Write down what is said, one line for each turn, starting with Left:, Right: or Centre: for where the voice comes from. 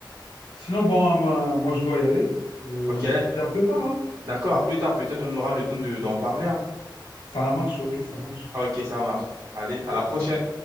Left: Sinon, bon, moi, moi, je dois y aller. Euh,
Right: OK?
Left: on se dit à plus tard, hein.
Right: D'accord, à plus tard, peut-être on aura le temps de, d'en parler. hein.
Left: Ça marche, ok, ça marche.
Right: OK, ça marche. Allez, à la prochaine.